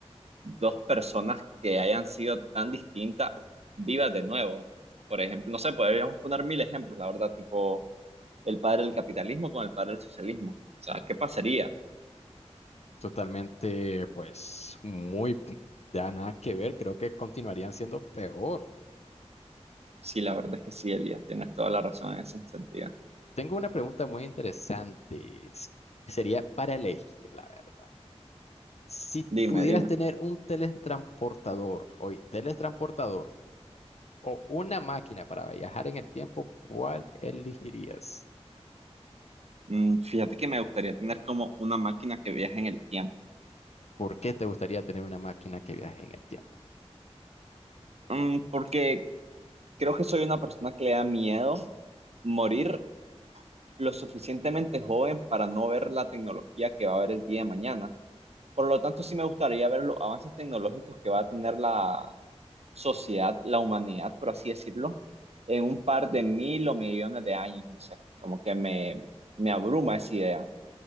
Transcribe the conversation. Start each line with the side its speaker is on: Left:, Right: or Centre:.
Right: dos personas que hayan sido tan distintas vivas de nuevo. Por ejemplo, no sé, podríamos poner mil ejemplos, la verdad, tipo el padre del capitalismo con el padre del socialismo. O sea, ¿qué pasaría?
Left: totalmente, pues muy, ya nada que ver, creo que continuarían siendo peor.
Right: Sí, la verdad es que sí, Elías, tienes toda la razón en ese sentido.
Left: Tengo una pregunta muy interesante, que sería para elegir, la verdad. Si
Right: Dime,
Left: pudieras
Right: dime.
Left: tener un teletransportador, hoy, teletransportador, o una máquina para viajar en el tiempo, ¿cuál elegirías?
Right: Mm, fíjate que me gustaría tener como una máquina que viaje en el tiempo.
Left: ¿Por qué te gustaría tener una máquina que viaje en el tiempo?
Right: Mm, porque creo que soy una persona que le da miedo morir lo suficientemente joven para no ver la tecnología que va a haber el día de mañana. Por lo tanto, sí me gustaría ver los avances tecnológicos que va a tener la sociedad, la humanidad, por así decirlo, en un par de mil o millones de años, no sé, como que me, me abruma esa idea.